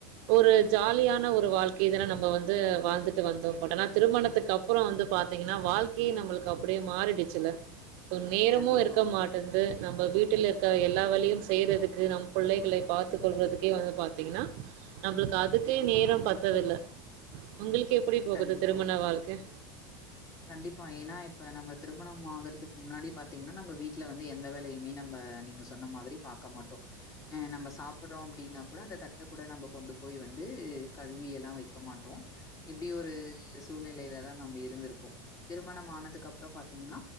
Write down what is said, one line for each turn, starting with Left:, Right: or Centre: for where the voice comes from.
Right: ஒரு ஜாலியான ஒரு வாழ்க்கை தான நம்ப வந்து வாழ்ந்துட்டு வந்தோ பட் ஆனா திருமணத்துக்கு அ ப்புறோ வந்து பாத்தீங்கனா வாழ்க்கையே நம்ளுக்கு அப்டியே மாறிடுச்சுல்ல நேரமு
Left: கண்டிப்பா,
Right: இருக்க மாட் இருந்து நம்ப வீட்டில் இருக்கற எல்லா வெலையு செய்யறதுக்கு நம் புள்ளைகளை பார்த்துக் கொள்றதுக்கே வந்து பா த்தீங்கனா நம்ளுக்கு அதுக்கே நேரம் பத்ததில்ல உங்ளுக்கு எ ப்டி போகுது
Left: கண்டிப்பா.
Right: திருமண வாழ்க்க
Left: கண்டிப்பா ஏனா இப்ப நம்ம திருமணம் ஆகறதுக்கு முன்னாடி பாத்தீங்கனா நம்ப வீட்ல வந்து எந்த வேலையுமே நம்ப நீங்க சொன்ன மாதிரி பாக்க மாட்டோ அஹ நம்ம சாப்படுறோ அப்டின்னா கூட அந்த தட்ட கூட நம்ம கொண்டு போயி வந்து கழுவியல்லா வெக்க மாட்டோ இப்டி ஒரு சூழ்நிலையிலதா நாம்ப இருந்திருப்போ திருமணம் ஆனதுக் அப்றோ பாத்தீங்கனா